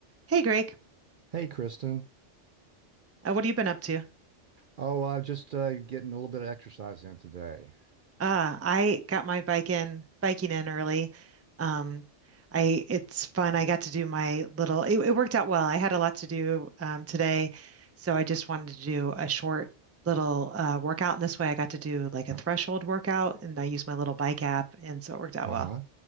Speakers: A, on the right; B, on the right.
A: Hey Greg,
B: Hey, Kristen.
A: uh, what have you been up to?
B: Oh, I'm just uh, getting a little bit of exercise in today.
A: Uh, I got my bike in biking in early. Um, I it's fun. I got to do my little. It, it worked out well. I had a lot to do um, today, so I just wanted to do a short little uh, workout. And this way, I got to do like a
B: Uh,
A: threshold workout, and I used my little bike app, and so it worked out
B: uh-huh.
A: well.